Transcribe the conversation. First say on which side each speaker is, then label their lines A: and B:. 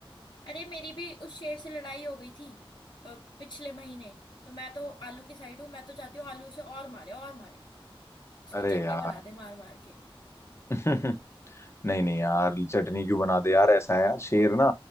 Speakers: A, on the left; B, on the left.
A: अरे मेरी भी उस शेर से लड़ाई हो गई थी अ, पिछले महीने तो मैं तो आलू की साइड हूँ मैं तो चाहती हूँ आलू से और मारे और मारे उसकी
B: अरे
A: चटनी
B: यार
A: बना दे मार मार के
B: <laughs> नहीं नहीं यार चटनी क्यों बना दे यार ऐसा है यार शेर ना